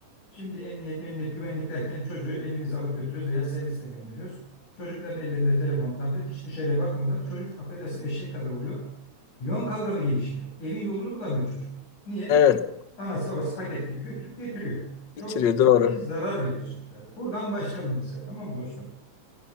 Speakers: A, on the left; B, on the left.
A: Şimdi emniyet, memniyet, güvenlik derken çocuğu elimizde alıp götürüyoruz veya servisle gönderiyoruz. Çocukların ellerinde telefon, tablet hiç dışarıya bakmıyorlar. Çocuk affedersin eşek kadar oluyor. Yön kavramı gelişmiyor. Evin yolunu bulamıyor çocuk. Niye?
B: Evet.
A: Anası babası paket gibi götürüp getiriyor. Çok
B: Bitiriyor
A: ciddi
B: doğru.
A: zarar veriyor çocuklara. Buradan başlayalım mesela tamam mı dostum?